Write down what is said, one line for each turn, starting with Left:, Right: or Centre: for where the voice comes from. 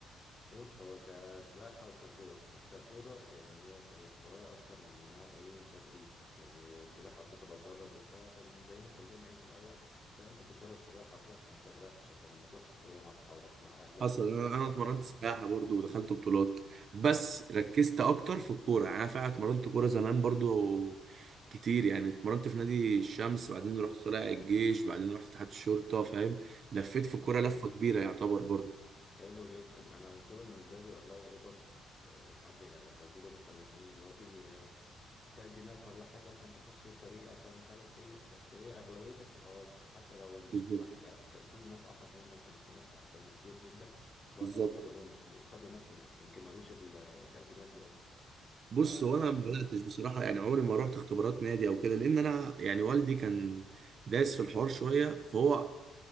Left: بص هو كسباحه وككوره بس ككوره يعني هي كانت هوايه اكتر من انها ايه تدريب يعني السباحه كنت بتدرب وبتاع عشان زينا كلنا ايه في الاول انت انت تتدرب سباحه وكده عشان ما تغرقش عشان لما تروح سفريه مع اصحابك مع اهلك
Right: حصل انا انا
Left: ما
Right: اتمرنت
Left: ت...
Right: سباحه برضو ودخلت بطولات بس ركزت اكتر في الكوره يعني انا فعلا اتمرنت كوره زمان برضو كتير يعني اتمرنت في نادي الشمس وبعدين رحت طالع الجيش بعدين رحت تحت الشرطه فاهم لفيت
Left: فاهم
Right: في الكوره لفه كبيره يعتبر برضو
Left: حلو جدا انا كله بالنسبه لي والله ايه برضو كنت آه، ساعات بنزله مثلا ايه اللي هو فيه آه، تقديمات ولا حاجه عشان تخش فريق عشان مش عارف ايه بس هي اغلبيتها بتبقى واسطه حتى لو الواحد
Right: بالظبط
Left: آه، كان في ناس احرف مني وكان في ناس احسن بكتير جدا وبرضو
Right: بالظبط
Left: ما خدهمش وخدوا ناس ما يمكن ما جوش التقديمات دي اصلا ف
Right: بص
Left: اه
Right: هو انا ما بداتش بصراحه يعني عمري ما رحت اختبارات نادي او كده لان انا يعني والدي كان دايس في الحوار شويه فهو